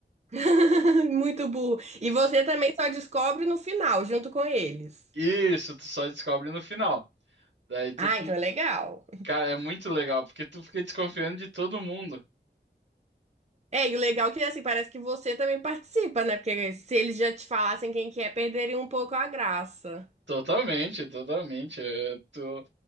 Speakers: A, on the right; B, on the right.
A: <laughs> Muito burro. E você também só descobre no final, junto com eles.
B: Isso, tu só descobre no final. Daí tu
A: Ah,
B: fica,
A: então é legal.
B: cara, é muito legal porque tu fica desconfiando de todo mundo.
A: É, e o legal é que, assim, parece que você também participa, né? Porque se eles já te falassem quem que é, perderiam um pouco a graça.
B: Totalmente, totalmente. É, tu...